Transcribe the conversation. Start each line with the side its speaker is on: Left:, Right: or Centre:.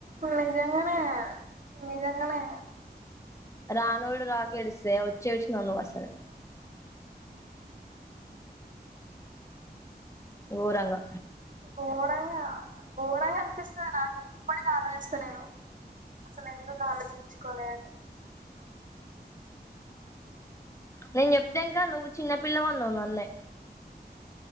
Right: నిజంగానే నిజంగానే
Left: రానోడు రాక ఏడిస్తే వచెస్ నను ఒసారి గోరంగా
Right: ఘోరంగా ఘోరంగా అనిపిస్తది నాకు ఎప్పటికి ఆలోచస్తా నేను అసలు ఎందుకు ఆలోచించి కోలె
Left: నేను చెప్తాంకా నువ్వు చిన్న పిల్లవన్నవు నన్నే